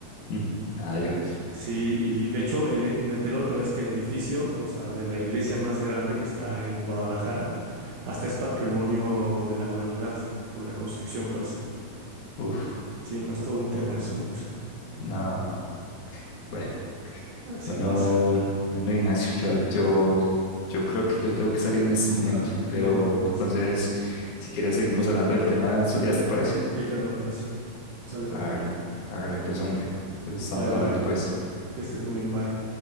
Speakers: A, on the left; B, on the right.
A: Mm. Adiós.
B: Sí, y de hecho el e- me enteré otra vez que el edificio, o sea, de la iglesia más grande que está en Guadalajara, hasta es patrimonio de la humanidad por la construcción, pues.
A: Uf,
B: Sí, no es todo un tema eso ahorita.
A: no, no. Bueno,
B: Así
A: bueno,
B: pasa.
A: bueno, Ignacio, yo, yo, yo creo que yo tengo que salir en este momento,
B: Vale,
A: pero
B: no te preocupes.
A: entonces, si quieres, seguimos hablando del tema en estos días, ¿te parece?
B: Sí, claro, me parece. Sale, vale.
A: Hágale, hágale, pues, hombre. Pues estamos
B: Bye, bye.
A: hablando, pues.
B: Que estés muy bien, bye.